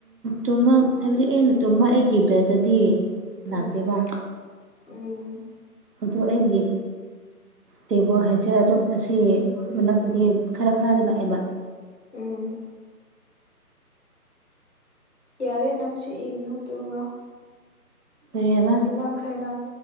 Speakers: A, on the right (about 85°); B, on the left (about 45°).
A: ꯇꯨꯝꯃ ꯍꯥꯏꯕꯗꯤ ꯑꯩꯅ ꯇꯨꯝꯃ ꯑꯩꯒꯤ ꯕꯦꯠꯇꯗꯤ
B: ꯎꯝ
A: ꯅꯥꯥꯛꯇꯦꯕ
B: ꯎꯝ
A: ꯑꯗꯨ ꯑꯩꯒꯤ ꯇꯦꯕꯣ ꯍꯥꯏꯁꯤꯔ ꯑꯗꯨꯝ ꯑꯁꯤ ꯃꯅꯥꯛꯇꯒꯤ ꯈꯔ ꯈꯔꯗ ꯂꯥꯛꯑꯦꯕ
B: ꯎꯝ ꯌꯥꯔꯦ ꯅꯪꯁꯨ ꯏꯒꯨꯅꯣ ꯇꯣꯡꯕ꯭ꯔꯣ
A: ꯀꯔꯤ ꯍꯥꯏꯕ
B: ꯃꯥꯡ ꯈꯥꯏꯅ